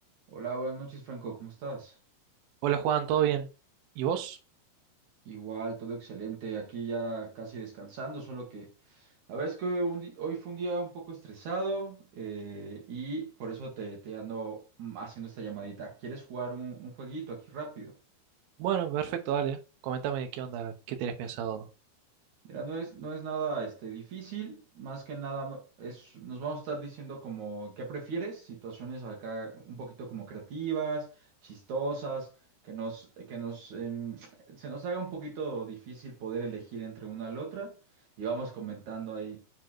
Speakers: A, on the right; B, on the right.
A: Hola, buenas noches, Franco, ¿cómo estás?
B: Hola Juan, ¿todo bien? ¿Y vos?
A: Igual, todo excelente, aquí ya casi descansando, solo que la verdad es que un di- hoy fue un día un poco estresado eh, y por eso te, te ando mm, haciendo esta llamadita. ¿Quieres jugar un, un jueguito aquí rápido?
B: Bueno, perfecto, dale. Coméntame qué onda, qué tenés pensado.
A: Mira, no es, no es nada este, difícil, más que nada es, nos vamos a estar diciendo como qué prefieres, situaciones acá un poquito como creativas, chistosas, que nos, que nos em, se nos haga un poquito difícil poder elegir entre una y la otra, y vamos comentando ahí